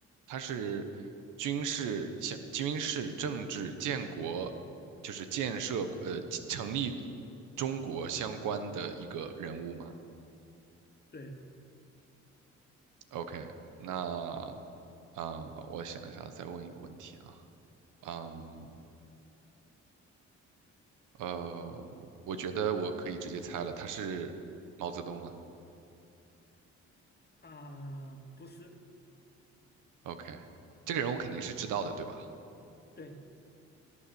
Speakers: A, on the right; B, on the left.
A: 他是军事、像军事、政治、建国，就是建设呃成立中国相关的一个人物吗
B: 对
A: ？OK，那啊、我想一下，再问一个问题啊，嗯，呃，我觉得我可以直接猜了，他是毛泽东吗
B: 啊，不是，
A: ？OK，这个人我肯定是知道的，对吧
B: 对，